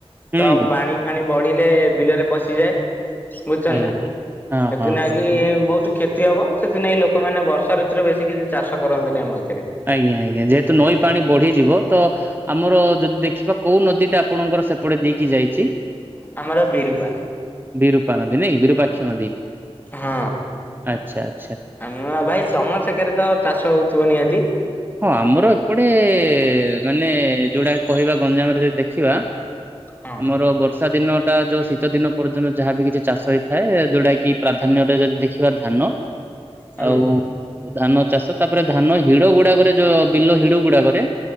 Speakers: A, on the right; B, on the left.
A: ହୁଁ,
B: ତ
A: ହୁଁ,
B: ପାଣି ଫାଣି ବଢିଲେ ବିଲରେ ପଶିଯାଏ। ବୁଝିଛନ୍ତି
A: ଆଜ୍ଞା,
B: ନା
A: ଆଜ୍ଞା। ହଁ,
B: ସେଥିିନାଗି
A: ହଁ, ହଁ, ହଁ।
B: ବହୁତ କ୍ଷ ହବ ସେଥିନାକି ଲୋକମାନେ ବର୍ଷା ଋତୁରେ ବେଶୀ କିଛି ଚାଷ କରନ୍ତିନି ଆମ ଏଥିରେ।
A: ଆଜ୍ଞା ଆଜ୍ଞା ଯେହେତୁ ନଈ ପାଣି ବଢିଯିବ ତ ଆମର ଯଦି ଦେଖିବା କୋଉ ନଦୀ ଟା ଆପଣଙ୍କର ସେପଟେ ଦେଇକି ଯାଇଛି।
B: ଆମର ବିରୁପା।
A: ବିରୂପା ନଦୀ ନାଇଁ ବିରରୁପାକ୍ଷ ନଦୀ।
B: ହଁ
A: ଆଚ୍ଛା, ଆଚ୍ଛା।
B: ଆମ ଭାଇ ତମ ସେକାରେ ତ ଚାଷ ହଉଥିବ ନିହାତି।
A: ହଁ ଆମର ଏପଟେ ମାନେ ଯୋଉଟାକ କହିବା ଗଞ୍ଜାମରେ ଯଦି ଦେଖିବା
B: ହଁ
A: ଆମର ବର ବର୍ଷା ଦିନ ଟା ଯୋଉ ଶୀତ ଦିନ ପର୍ଯ୍ୟନ୍ତ ଯାହାବି କିଛି ଚାଷ ହେଇଥାଏ ଯୋଉଟା କିି ପ୍ରାଧାନ୍ୟରେ ଯଦି ଦେଖିବା ଧାନ।
B: ହୁଁ
A: ଆଉ ଧାନ ଚାଷ ତାପରେ ଧାନ ହିଡ ଗୁଡାକ ଟ ଯୋଉ ବିଲ ହିଡ ଗୁଡାକରେ